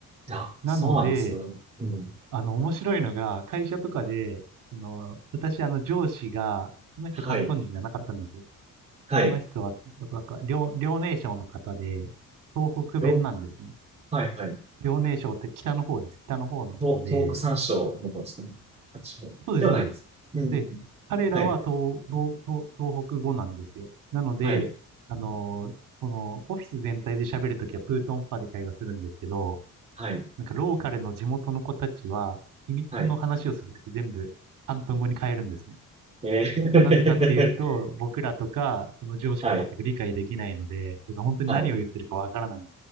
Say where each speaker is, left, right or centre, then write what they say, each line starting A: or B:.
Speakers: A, on the right; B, on the right.
A: あ、
B: なので、
A: そうなんですね。うん。
B: あの、面白いのが、会社とかで、その、私、あの、上司が、その人広東人じゃなかったんですよ。
A: はい、はい。
B: その人は、なんか、遼、遼寧省の方で、東北弁なんですね。
A: よ、はい、はい。
B: 遼寧省って北の方です。北の方の人で、
A: 東東北山椒の方ですかね。あ、違う。
B: そうです、
A: ではないです。
B: そうです。
A: うん。
B: で、彼らは東、
A: はい。
B: 東、東、東北語なんですよ。なので、
A: はい。
B: あのーその、オフィス全体で喋るときはプートンファで会話するんですけど、
A: はい。
B: なんかローカルの地元の子たちは、秘密の話をするとき全部、
A: はい。
B: 広東語に変えるんですね。
A: えー
B: なぜかっていうと、僕らとか、その上司が全く理解できないので、
A: <laughs> はい。
B: てか本当に何を言ってるかわからない。
A: はい。